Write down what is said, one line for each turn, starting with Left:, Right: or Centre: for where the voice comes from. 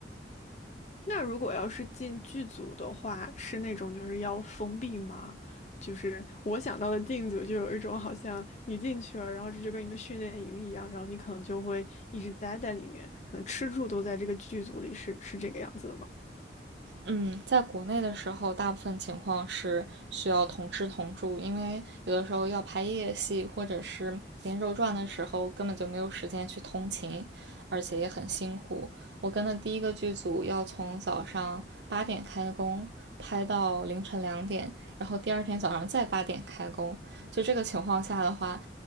Left: 那如果要是进剧组的话，是那种就是要封闭吗？就是我想到的进组就有一种好像你进去了，然后这就跟一个训练营一样，然后你可能就会一直待在里面，可能吃住都在这个剧组里，是是这个样子的吗？
Right: 嗯，在国内的时候，大部分情况是需要同吃同住，因为有的时候要拍夜戏或者是连轴转的时候，根本就没有时间去通勤，而且也很辛苦。我跟的第一个剧组要从早上八点开工，拍到凌晨两点，然后第二天早上再八点开工。就这个情况下的话，